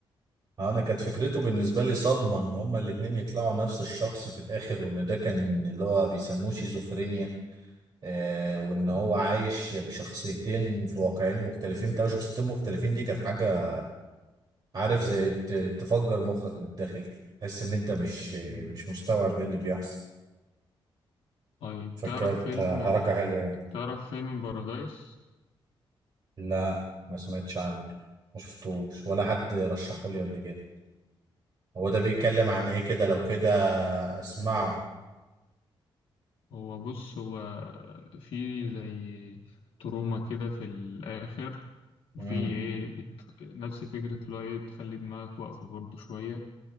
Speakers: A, on the right; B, on the left.
A: انا كانت فكرته بالنسبه لي صدمه ان هما الاتنين يطلعوا نفس الشخص في الاخر وان ده كان اللي هو بيسموه شيزوفرينيا آه وان هو
B: مم.
A: عايش بشخصيتين في واقعين مختلفين تلاقي شخصيتين مختلفين دي كانت حاجه عارف زي ت- تفجر مخك من الداخل كده تحس ان انت مش
B: مم.
A: مش مستوعب ايه اللي بيحصل
B: طيب
A: فكانت
B: تعرف فيلم
A: حركه
B: آه،
A: حلوه يعني
B: تعرف فيلم بارادايس
A: لا ما سمعتش عنه ما شفتوش ولا حد رشحه لي قبل كده هو ده بيتكلم عن ايه كده لو كده اسمعه
B: هو بص هو في زي تروما كده في الآخر وفي
A: امم
B: إيه بت... نفس فكرة اللي هو إيه بتخلي دماغك واقفة برضه شوية